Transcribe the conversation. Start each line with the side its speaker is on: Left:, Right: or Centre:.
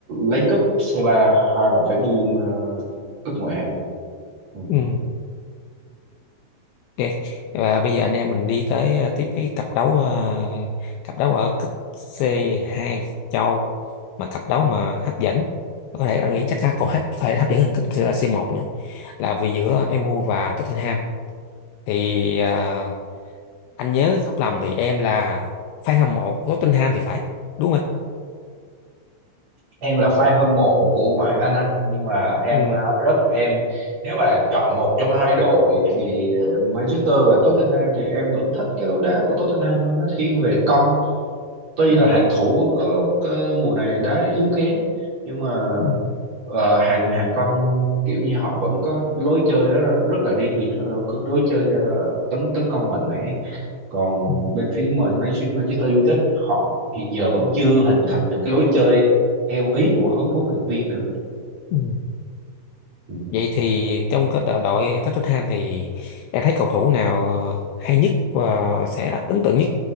Right: lấy cúp C3 hay là phải buông ờ, cúp ngoại hạng Ừ.
Left: ừ. Ok và bây giờ anh em mình đi tới ờ, tiếp cái cặp đấu ờ, cặp đấu ở cấp c hai châu mà cặp đấu mà hấp dẫn có thể anh nghĩ chắc còn hấp phải hấp dẫn hơn cấp c một nữa là vì giữa MU và Tottenham thì ờ, anh nhớ không lầm thì em là fan hâm mộ của Tottenham thì phải đúng không anh?
Right: Em là fan hâm mộ của ngoại hạng Anh anh nhưng mà em
Left: Ừ.
Right: à, rất em nếu mà chọn một trong hai đội thì Manchester và Tottenham thì em vẫn thích cái lối đá của Tottenham hơn, nó thiên về công tuy
Left: ừ,
Right: là hàng thủ có, có mùa này đá yếu kém nhưng mà
Left: ừ,
Right: ờ, hàng hàng công kiểu như họ vẫn có lối chơi đó là rất là riêng biệt đó là lối chơi ờ, tấn tấn công mạnh mẽ còn
Left: ừ,
Right: bên phía mà Man- Manchester United họ hiện giờ vẫn chưa hình thành được cái lối chơi theo ý của huấn huấn luyện viên nữa
Left: ừ.
Right: ừ.
Left: Vậy thì trong cái đội đội Tottenham thì em thấy cầu thủ nào hay nhất và sẽ ấn tượng nhất